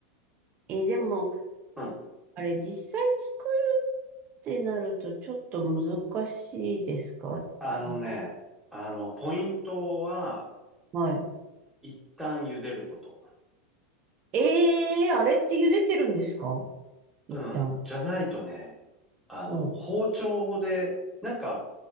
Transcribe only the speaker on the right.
に。え、でも、
あれ、実際作るってなるとちょっと難しいですかうん
はい。
ええー、あれって茹でてるんですか一旦。
うん、